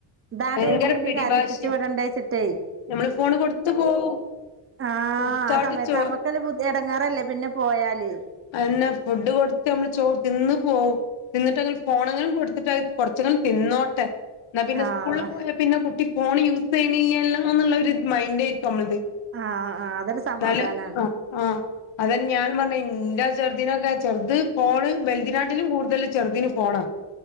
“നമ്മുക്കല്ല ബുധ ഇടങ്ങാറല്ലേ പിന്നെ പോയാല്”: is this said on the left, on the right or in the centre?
Right